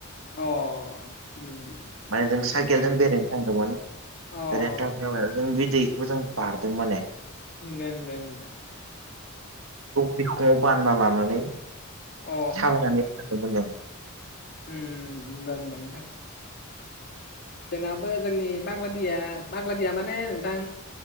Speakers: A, on the left; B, on the right.
A: अह उम।
B: माने जों साइकेलजों
A: उम
B: बेरायहनो थांदोंमोन
A: अ
B: बेरायनो थांनायनि जों बे दैखौबो जों बारदों माने।
A: नंगो नंगो नंगो।
B: बिखङाव बानना लानानै
A: अ
B: थाबायनानै थाङोमोननो।
A: ओम नंगो नंगो नोंथां। जोंनाबो जोंनि फाग्लादिया फाग्लादिया माने नोंथां